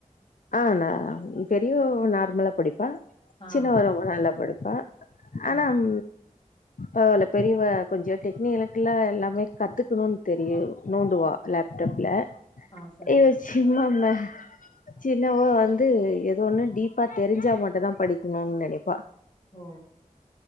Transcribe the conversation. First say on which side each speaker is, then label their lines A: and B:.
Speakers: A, on the left (about 75°); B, on the left (about 40°).
A: ஆஹ் நா பெரியோ நா மலா படிப்பா
B: ஆ
A: சின்னவ ரொம்ப நல்லா படிப்பா ஆனாம்
B: ஆ
A: பவல பெரியவ கொஞ்ச டெக்னிலக்கல எல்லா மே கத்துக்குணுன் தெரியு நோண்டுவா லேப்டப் ல
B: ஆ சரிங்க
A: இவ
B: சரிங்க
A: சிம்மாம சின்னவ வந்து எதோண்ணு டீப்பா தெரிஞ்சா மட்டுந்தா படிக்கணுன் நெனிப்பா
B: ஓ